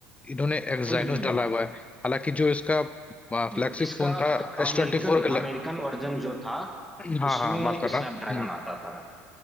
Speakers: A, on the left (about 20°); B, in the centre.
A: इन्होंने एक्साइनोस
B: हम्म हम्म।
A: डाला हुआ है हालांकि जो इसका फ्लैगशिप
B: इ- इसका
A: फोन था एस
B: अमेरिकन
A: ट्वेंटी फोर का
B: अमेरिकन वर्जन जो था
A: हाँ
B: उसमें
A: हाँ माफ करना
B: स्नैपड्रैगन
A: हम्म।
B: आता था